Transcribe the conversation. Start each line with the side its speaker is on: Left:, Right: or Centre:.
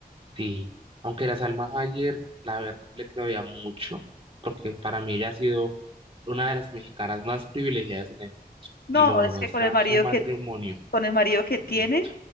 Right: sí. Aunque la Salma ayer, la verdad, le creía mucho, porque para mí ella ha sido una de las mexicanas más privilegiadas en la industria
Left: No,
Right: y lo demuestra
Left: es que con el marido
Right: su matrimonio.
Left: que con el marido que
Right: Lo
Left: tiene
Right: siento.